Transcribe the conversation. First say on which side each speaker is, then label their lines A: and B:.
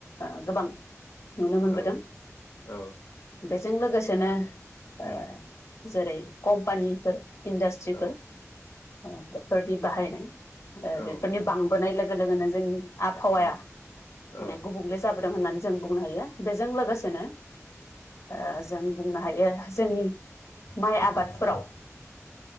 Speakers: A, on the left; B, on the left.
A: ओ गोबां नुनो मोनबोदों
B: उम औ औ
A: बेजों लोगोसेनो
B: उम
A: ओ जेरै कम्पानिफोर इन्डास्ट्रिफोर
B: औ
A: ओ बेफोरनि बाहायनाय ओ
B: औ
A: बेफोरनि बांबोनाय लोगो लोगोनो जोंनि आबहावाया
B: उम
A: माने
B: औ
A: गुबुंले जाबो दों होननानै जों बुंनो हायो बेजों लोगोसेनो ओ जों बुंनो हायो जोंनि माइ आबादफोराव